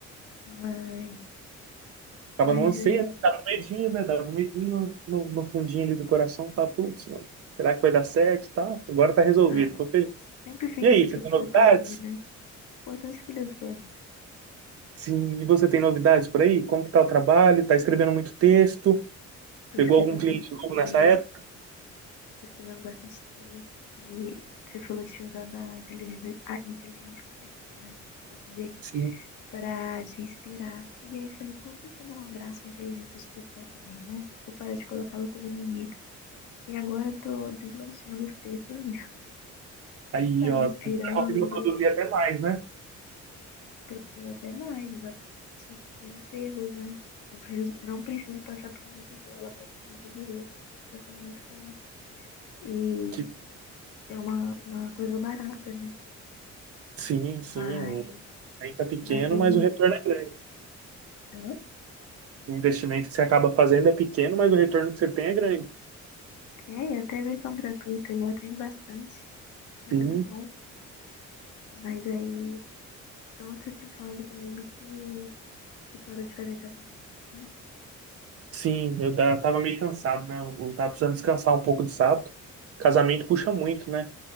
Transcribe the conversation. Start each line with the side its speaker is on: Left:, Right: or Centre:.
Left: Mas,
Right: Tava
Left: mas
Right: no anseio,
Left: aí...
Right: né? tava com medinho, né? Tava um medinho no, no, no fundinho ali do coração, tava, putz, mano, será que vai dar certo e tal? Agora tá resolvido,
Left: Ah,
Right: tô feliz.
Left: sempre fica
Right: E aí,
Left: essa preocupaçãozinha,
Right: você tem novidades?
Left: né? importante que deu certo.
Right: Sim, e você tem novidades por aí? Como que tá o trabalho? Tá escrevendo muito texto?
Left: Tô
Right: Pegou
Left: escrevendo
Right: algum cliente
Left: muito
Right: novo
Left: texto,
Right: nessa época?
Left: tô escrevendo bastante texto. E você falou que tinha usado a inteligência, a inteligência artificial, né? Confundi aqui.
Right: Sim.
Left: Pra te inspirar. E aí falei, por que que eu não abraço a inteligência artificial também, né? Vou parar de colocá-la como inimiga. E agora eu tô deslanchando os textos, mesmo. <laughs>
Right: Aí,
Left: tá
Right: ó,
Left: me inspirando,
Right: tá conseguindo produzir até mais, né?
Left: produzindo até mais, exatamente. Menos erros, né? Não preciso, não preciso passar por um revisor, ela pode ser um revisor. Tá sendo muito bom. E
Right: Que-
Left: É uma, uma coisa barata, né?
Right: sim,
Left: Mas,
Right: sim. O... ainda tá pequeno,
Left: mas aí,
Right: mas o retorno é grande.
Left: Hã?
Right: O investimento que você acaba fazendo é pequeno, mas o retorno que você tem é grande.
Left: é, e até versão gratuita já tem bastante. É
Right: Sim,
Left: muito bom. Mas aí, então você tinha falado comigo que, que parou de fazer casamentos, né?
Right: sim. Eu ta- tava meio cansado, né? Eu tava precisando descansar um pouco de sábado. Casamento puxa muito, né?